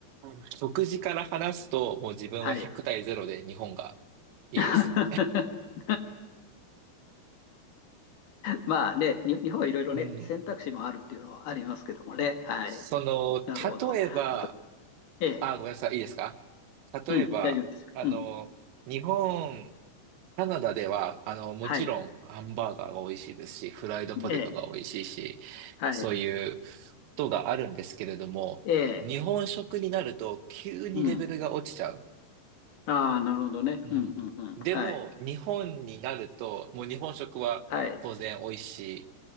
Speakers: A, on the right; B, on the left.
A: ん。食事から話すと、もう自分は100対0で日本が
B: はい。
A: いいです。
B: <laughs> まあね、に日本はいろいろね、
A: うん。
B: 選択肢もあるっていうのはありますけどもね。
A: <laughs>
B: はい。
A: その、
B: なるほど。
A: 例えば、
B: またええ。
A: あ、ごめんなさい。いいですか例えば、
B: うん、大丈夫です。
A: あの、
B: うん。
A: 日本、カナダでは、あの、もちろんハンバーガーが美味しいですし、
B: はい。
A: フライドポテトが美味しいし、
B: ええ。はい。
A: そういうことがあるんですけれども、
B: ええ。
A: 日本食になると急にレベルが落ちちゃう。
B: うん。ああ、なるほどね。
A: うん。
B: うん、うん、うん。
A: でも、
B: はい。
A: 日本になると、もう日本食は当然美味しい。
B: はい。